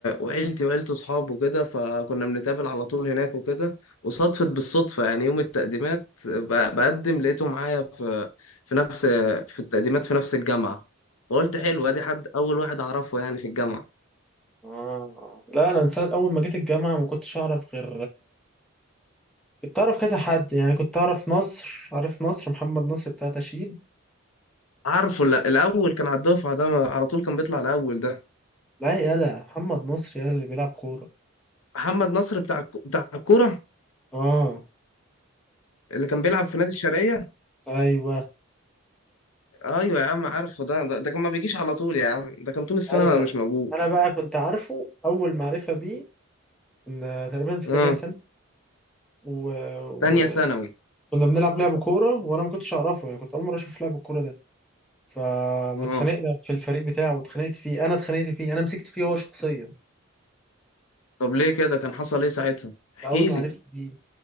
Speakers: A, on the left; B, in the centre.
A: وعيلتي وعيلته اصحابه وكده فكنا بنتقابل على طول هناك وكده وصدفت بالصدفة يعني يوم التقديمات ب... بقدم لقيته معايا في في نفس في التقديمات في نفس الجامعة فقلت حلو ادي حد اول واحد اعرفه يعني في الجامعة
B: آه. لا انا من ساعه اول ما جيت الجامعه ما كنتش اعرف غير كنت اعرف كذا حد يعني كنت اعرف نصر عارف نصر محمد نصر بتاع تشييد
A: عارفه لا الاول كان على الدفعة ده على طول كان بيطلع الاول ده
B: لا يالا محمد نصر يالا اللي بيلعب كوره
A: محمد نصر بتاع الك- بتاع الكورة
B: اه
A: اللي كان بيلعب في نادي الشرقية
B: ايوه
A: ايوه يا عم عارفه ده ده, ده كان ما بيجيش على طول يا عم ده كان طول السنه
B: ايوه
A: مش موجود
B: انا بقى كنت عارفه اول معرفه بيه ان تقريبا في
A: اه
B: تانية سنه و... و...
A: تانية ثانوي
B: كنا بنلعب لعب كوره وانا ما كنتش اعرفه يعني كنت اول مره اشوف لعب الكوره ده ف
A: اه
B: واتخانقنا في الفريق بتاعه واتخانقت فيه انا اتخانقت فيه انا مسكت فيه هو شخصيا
A: طب ليه كده كان حصل ايه ساعتها احكي
B: ده اول ما
A: لي
B: عرفت بيه